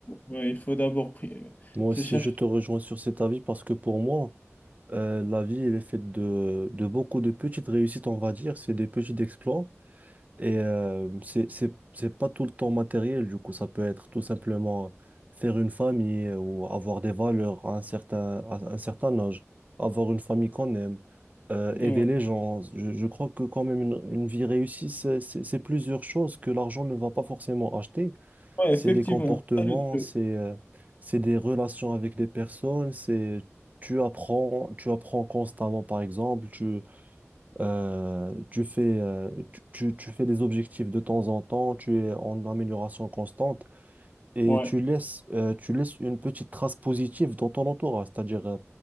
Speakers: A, on the left (about 35°); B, on the right (about 30°).
A: ouais, il faut d'abord pri-
B: Moi
A: se
B: aussi,
A: chercher.
B: je te rejoins sur cet avis parce que pour moi, euh, la vie, elle est faite de, de beaucoup de petites réussites, on va dire. C'est des petits exploits et euh, c'est, c'est, c'est pas tout le temps matériel. Du coup, ça peut être tout simplement faire une famille euh, ou avoir des valeurs à un certain, à un certain âge, avoir une famille qu'on aime, euh, aider
A: Ouais.
B: les gens. Je, je crois que quand même, une, une vie réussie, c'est c'est- c'est plusieurs choses que l'argent ne va pas forcément acheter
A: Ouais,
B: c'est
A: effectivement,
B: des comportements,
A: ça le truc.
B: c'est euh, c'est des relations avec des personnes, c'est tu apprends, tu apprends constamment par exemple, tu euh, tu fais euh, tu, tu- tu fais des objectifs de temps en temps, tu es en amélioration constante et
A: Ouais,
B: tu laisses, euh, tu laisses une petite trace positive dans ton entourage. C'est-à-dire, euh,